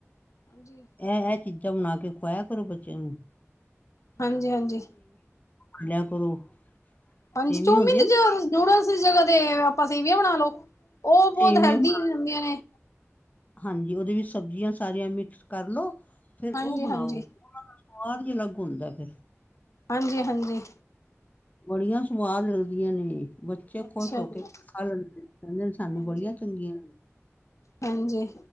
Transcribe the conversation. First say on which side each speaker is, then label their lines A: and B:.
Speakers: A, on the left; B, on the left.
A: ਜੀ।
B: ਐ-ਐ ਚੀਜ਼ਾਂ ਬਣਾ ਕੇ ਖੁਵਾਇਆ ਕਰੋ ਬੱਚਿਆਂ ਨੂੰ
A: ਹਾਂਜੀ-ਹਾਂਜੀ
B: ਪੜ੍ਹ ਲਿਆ ਕਰੋ।
A: ਹਾਂਜੀ
B: ਸੇਵੀਆਂ
A: ਚੋਮੀਨ
B: ਹੁੰਦੀਆਂ ਨਾ
A: ਜ ਨੂਡਲਜ ਜਿਸ ਜਗ੍ਹਾ ਤੇ ਆਪਾਂ ਸੇਵੀਆਂ ਬਣਾ ਲੋ ਓ ਬੋਤ
B: ਸੇਵੀਆਂ
A: ਹੈਲਦੀ
B: ਬਣਾ-
A: ਹੁੰਦੀਆਂ ਨੇ।
B: ਹਾਂਜੀ ਓਦੇ ਵਿੱਚ ਸਬਜ਼ੀਆਂ ਸਾਰੀਆਂ ਮਿਕਸ ਕਰ ਲੋ। ਫੇਰ
A: ਹਾਂਜੀ
B: ਉਹ ਬਣਾਓ
A: ਹਾਂਜੀ
B: ਓਨਾਂ ਦਾ ਸਵਾਦ ਈ ਅਲੱਗ ਹੁੰਦੈ ਫੇਰ
A: ਹਾਂਜੀ-ਹਾਂਜੀ।
B: ਬੜੀਆਂ ਸੁਵਾਦ ਲੱਗਦੀਆਂ ਨੇ ਬ ਬਚੇ
A: ਅੱਛਾ
B: ਖੁਸ਼ ਹੋ
A: ਜੀ
B: ਕੇ ਖਾ ਲੈਂਦੇ ਕੈਂਦੇ ਸਾਨੂੰ
A: ਹਾਂਜੀ
B: ਬੜੀਆਂ ਚੰਗੀਆਂ
A: ਹਾਂਜੀ